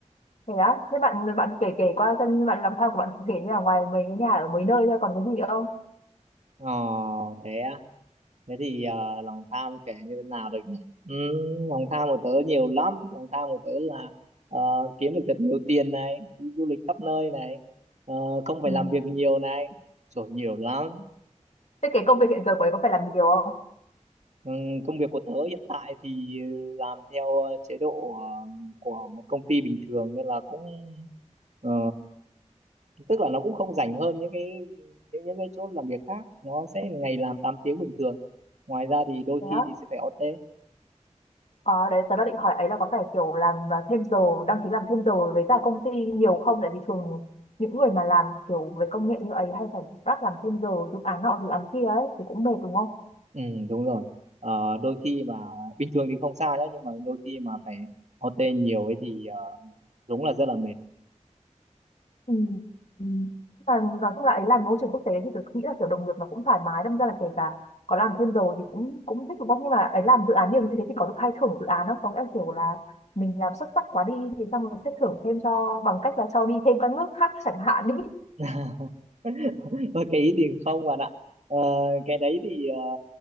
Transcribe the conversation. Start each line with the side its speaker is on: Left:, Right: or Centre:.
Left: thế á thế bạn bạn kể kể qua xem bạn lòng tham của bạn cụ thể như là ngoài mấy cái nhà ở mấy nơi ra còn cái gì không
Right: ờ thế á thế thì ờ, lòng tham kể như thế nào được nhỉ Ừm, lòng tham của tớ nhiều lắm lòng tham của tớ là ờ, kiếm được thật nhiều tiền này đi du lịch khắp nơi này ờ, không phải
Left: ừ.
Right: làm việc nhiều này trời nhiều lắm
Left: thế cái công việc hiện giờ của ấy có phải làm nhiều không
Right: Ừm, công việc của tớ hiện tại thì ừ, làm theo ờ, chế độ ờ, của một công ty bình thường nên là cũng ờ, tức là nó cũng không rảnh hơn những cái những, những cái chỗ làm việc khác nó sẽ ngày làm 8 tiếng bình thường ngoài ra thì đôi
Left: thế
Right: khi
Left: á
Right: thì sẽ phải OT
Left: ờ đấy tớ đang định hỏi ấy là có phải kiểu làm à, thêm giờ đăng ký làm thêm giờ với cả công ty nhiều không tại vì thường những người mà làm kiểu về công nghệ như ấy hay phải bắt làm thêm giờ dự án nọ dự án kia ấy thì cũng mệt đúng không
Right: Ừ, đúng rồi. Ờ, đôi khi mà bình thường thì không sao nhá nhưng mà đôi khi mà phải OT nhiều ấy thì ờ, đúng là rất là mệt.
Left: Ừ. Ừ. Và nói chung là ấy làm môi trường quốc tế thì tôi nghĩ là kiểu đồng nghiệp nó cũng thoải mái đâm ra là kể cả có làm thêm giờ thì cũng cũng thích đúng không nhưng mà ấy làm dự án nhiều như thế thì có được khai thưởng dự án không có nghĩa là kiểu là mình làm xuất sắc quá đi thì xong rồi sẽ thưởng thêm cho bằng cách là cho đi thêm các nước khác chẳng hạn đi
Right: <laughs> Thôi cái ý thì không bạn ạ. Ờ, cái đấy thì ờ,